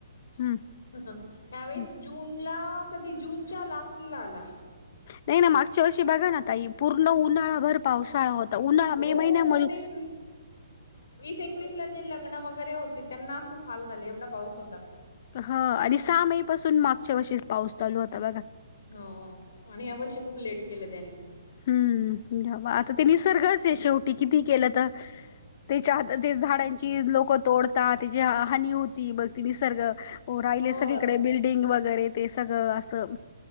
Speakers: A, on the left (about 45°); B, on the left (about 65°).
A: हम्म
B: ह्यावेेळेस
A: हम्म
B: जून ला कधी जूनच्या लास्टला आला.
A: नाही ना मागच्या वर्षी बघा ना ताई पूर्ण उन्हाळा भर पावसाळा होता? उन्हाळा
B: हो
A: मे महिन्यामध्ये.
B: हो हो तेच ना वीस एकवीस ला लग्न <unintelligible> वगैरे होती त्यांना खूप हाल झाली एवढा पाऊस होता.
A: हा आणि सहा मे पासून मागच्या वर्षी पाऊस चालू होता बघा?
B: हो हो आणि या वर्षी खूप लेट केलं त्यांनी.
A: हम्म् आता ते निसर्गचे शेवटी किती केलं तर तेच्या हातात ते झाडां तेच लोक तोडतात त्याची हानी हो ती बघ ती निसर्ग हो राहिले
B: हो
A: सगळीकडे बिल्डिंग वगैरे ते सगळं असं.